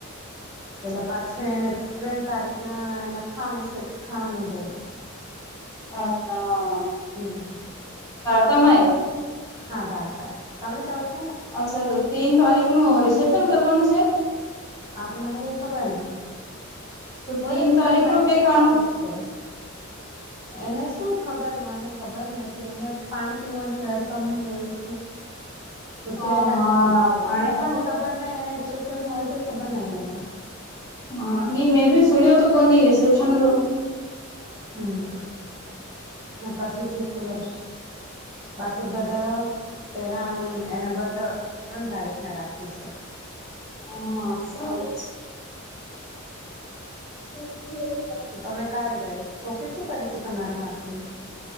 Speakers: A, on the right (about 20°); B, on the left (about 15°).
A: એટલે પાછી એને ત્રણ તારીખના એના ખાણું છે તો ખાણા માં જઈશ.
B: અચ્છા.
A: હમ.
B: સમય.
A: હા ધાડતાાય તમે જાાવ.
B: અચ્છા તો તીન તારીખનું રિસેપ્શન કરવાનું છે?
A: આ તો મને કે ખબર ન.
B: તો તીન
A: ઓલે
B: તારીખ
A: ત્રણ તારીખને
B: રો કેક આણો
A: ખાણું છે. એને શું ખબર મને ખબર નથી એને પાણી પીવાની. રસમ વયસ. તો
B: હા
A: ત્યાંય રાખી
B: હા
A: લીધું હોય
B: પાણી
A: પછી ખબર નય એના રિસેપ્શન નું હોય તો. ખબર નઈ મને
B: હા નઈ મેં ભી સુણ્યો તો કોણ ન રિસેપ્શન રો.
A: હમ ના પાછીથી ખબર. બાકી બધા પહેરાવણી એને બંધ ત્રણ તારીખને રાખ્યું છે.
B: હા સારું છે. હું.
A: તો તમે કાલે જાય શો કે શું કરે છે, તમારા માછલીનું.